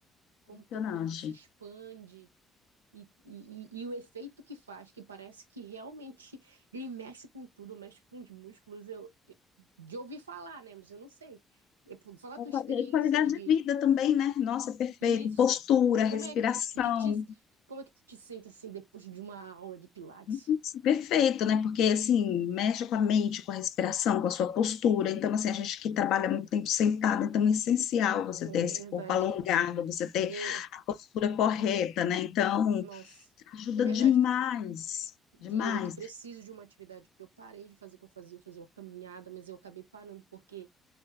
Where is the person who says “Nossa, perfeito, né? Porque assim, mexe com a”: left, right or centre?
Left